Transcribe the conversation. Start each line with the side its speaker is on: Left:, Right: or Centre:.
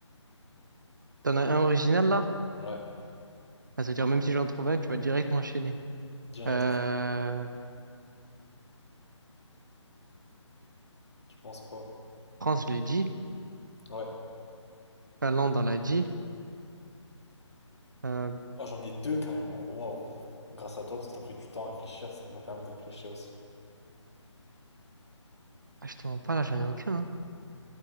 Right: T'en as un original, là?
Left: Ouais,
Right: Ah, C'est-à-dire, même si j'en trouve un, tu vas direct m'enchaîner.
Left: direct.
Right: Euh,
Left: Tu penses quoi?
Right: France, je l'ai dit.
Left: Ouais.
Right: Finlande, on l'a dit. Euh,
Left: Oh, j'en ai deux carrément. Waouh. Grâce à toi, parce que t'as pris du temps à réfléchir. Ça m'a permis de réfléchir aussi.
Right: ah, je te mens pas, là, j'en ai aucun. hein.